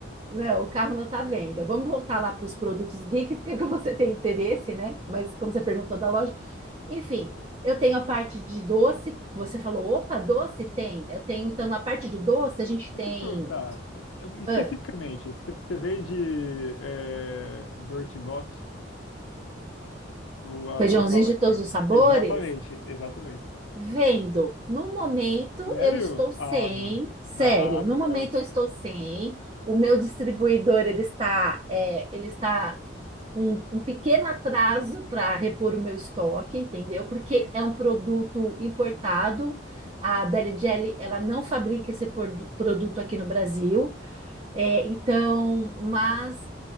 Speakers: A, on the right; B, on the left.
A: não, o carro não está à venda. Vamos voltar lá para os produtos geeks, que é que você tem interesse, né? Mas como você perguntou da loja, enfim. Eu tenho a parte de doce, você falou, opa, doce tem. Eu tenho, então, na parte de doce, a gente
B: Deixa
A: tem
B: eu te perguntar, eu- especificamente,
A: ah,
B: você você vende é, Bird Bot, o- a-
A: feijãozinho
B: as balas
A: de
B: que
A: todos
B: tem?
A: os sabores,
B: Exatamente, exatamente.
A: Vendo, no momento
B: Sério?
A: eu estou sem,
B: Ah, não.
A: sério,
B: Não,
A: no
B: não
A: momento
B: quero.
A: eu estou sem, o meu distribuidor ele está, é, ele está com um pequeno atraso para repor o meu estoque, entendeu? Porque é um produto importado, a Belly Jelly, ela não fabrica esse produ- produto aqui no Brasil, é, então, mas